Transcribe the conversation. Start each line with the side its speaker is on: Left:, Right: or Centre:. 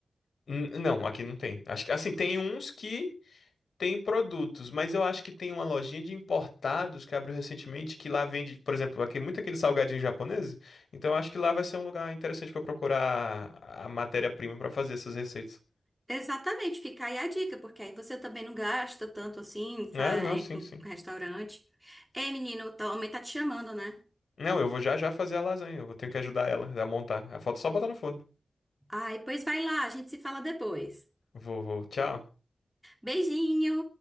Left: N- não, aqui não tem. Acho que, assim, tem uns que tem produtos, mas eu acho que tem uma lojinha de importados que abriu recentemente, que lá vende, por exemplo, aqui muito aquele salgadinho japonês, então eu acho que lá vai ser um lugar interessante pra eu procurar a matéria-prima pra fazer essas receitas.
Centre: Exatamente, fica aí a dica, porque aí você também não gasta tanto assim
Left: É,
Centre: pra,
Left: não, sim,
Centre: é, com
Left: sim.
Centre: restaurante. Ei, menino, tua mãe tá te chamando, né?
Left: Não, eu vou já já fazer a lasanha, eu vou ter que ajudar ela a montar. A foto é só botar no forno.
Centre: Ai, pois vai lá, a gente se fala depois.
Left: Vou, vou, tchau.
Centre: Beijinho!